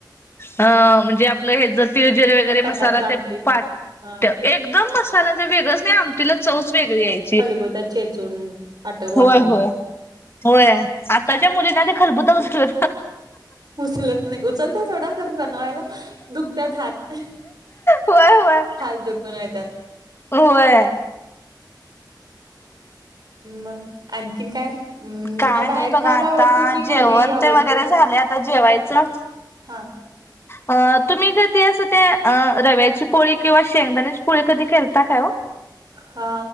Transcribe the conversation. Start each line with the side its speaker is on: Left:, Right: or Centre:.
Left: ह्अ म्हणजे हे ज तीळ जिर वगैरे
Right: कटाची
Left: मसाला
Right: आमटी
Left: ते पाट्
Right: हा
Left: एक एकदम मसाला जर वेगळच नाही आमटीला चंवच वेगळी यायची.
Right: खलबत्यात चेचून. पाट्यावर वाटून
Left: होय होय होय आताच्या मुलींना ते खलबुत उचल
Right: उचलत नाही उचलतीया सोडा खरं बनवायला, दुखत्यात हात
Left: होय होय.
Right: हात दुखून येत्यात.
Left: होय.
Right: मग आणखीन काय? हम्म
Left: काय
Right: तुम्हाला
Left: नाही
Right: बाहेर
Left: बघा
Right: खायला
Left: आता
Right: आवडते की,
Left: जेवण
Right: घरी आवडते?
Left: ते वगैरे झालंय आता जेवायचं.
Right: हा
Left: अ तुम्ही कधी असं ते रव्याची पोळी किंवा शेंगदाण्याची पोळी कधी केलता काय ओ?
Right: हा